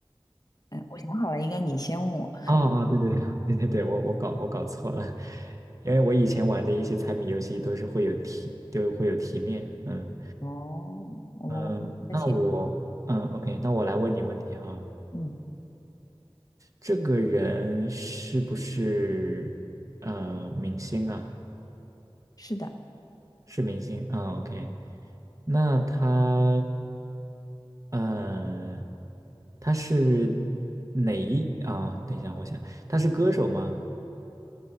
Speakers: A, on the left (about 40°); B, on the right (about 35°).
A: 嗯，我想好了，应该你先问我。
B: 哦哦，对对对对对对，我我搞我搞错了，因为我以前玩的一些猜谜游戏都是会有题，都会有题面。嗯
A: 哦，我们玩这个前，
B: 嗯，那我嗯 OK，那我来问你问题哈，
A: 嗯，
B: 这个人是不是呃明星啊？
A: 是的，
B: 是明星啊，OK，那他呃他是哪一啊？等一下，我想他是歌手吗？